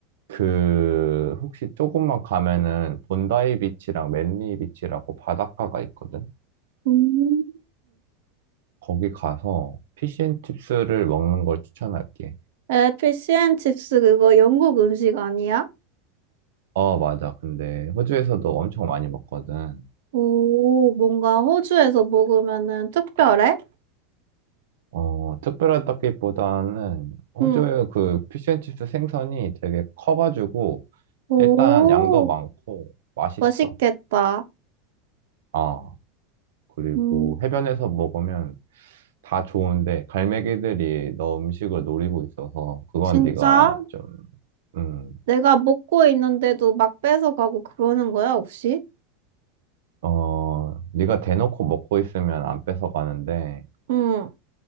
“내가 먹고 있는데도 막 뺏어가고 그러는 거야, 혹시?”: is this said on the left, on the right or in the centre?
Right